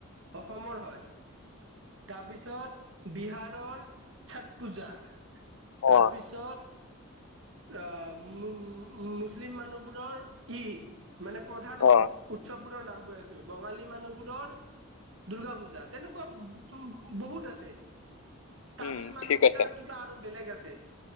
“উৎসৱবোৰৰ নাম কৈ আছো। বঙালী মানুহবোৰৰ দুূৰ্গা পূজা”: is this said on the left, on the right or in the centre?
Right